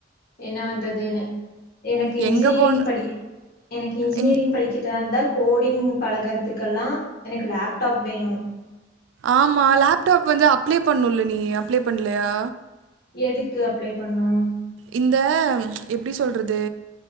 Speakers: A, on the left (about 50°); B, on the right (about 85°).
A: என்ன பண்றதுன்னு எனக்கு இன்ஜினியரிங்
B: எங்கே போன
A: படி எனக்கு இன்ஜினியரிங்
B: இந்
A: படிக்கிறது அந்த கோடிங் பழகறதுக்கெல்லாம் எனக்கு லேப்டாப் வேணும்
B: ஆமா லேப்டாப் வந்து அப்ளை பண்ணும்ல நீ அப்ளை பண்ணலையா
A: எதுக்கு அப்ளை பண்ணும்
B: இந்த எப்டி சொல்கிறது